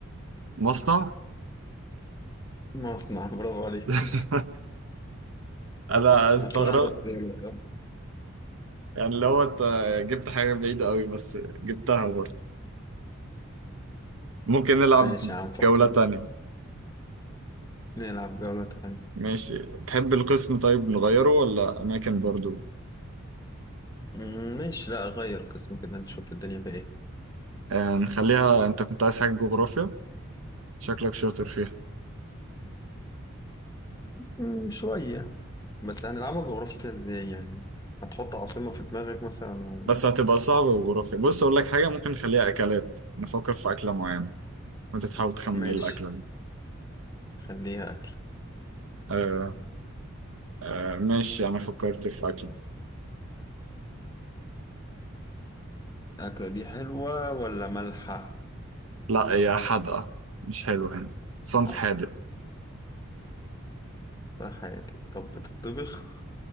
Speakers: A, on the right; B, on the left.
A: مصنع
B: مصنع برافو عليك
A: <laughs> انا
B: <laughs>
A: استغربت
B: بس أنا قربت منك أهو.
A: يعني لو انت جبت حاجة بعيدة قوي بس جبتها برضه ممكن نلعب
B: ماشي هنفكر
A: جولة تانية
B: نلعب جولة تانية
A: ماشي تحب القسم طيب نغيره ولا اماكن برضه
B: أمم، ماشي لا أغير قسم كده نشوف الدنيا فيها إيه
A: آه، نخليها انت كنت عايز حاجة جغرافيا شكلك شاطر فيها
B: مم، شوية بس هنلعبها جغرافيا ازاي يعني هتحط عاصمة في دماغك مثلا و...
A: بس هتبقى صعبة جغرافيا بص اقول لك حاجة ممكن نخليها اكلات نفكر في اكلة معينة وانت تحاول تخمن
B: ماشي
A: ايه الاكلة دي
B: خليها أكل
A: آه، آه ماشي أنا فكرت في أكل
B: الأكلة دي حلوة ولا مالحة؟
A: لا هي حادقة مش حلوة يعني صنف
B: حلوة
A: حادق
B: في حياتي طب بتطبخ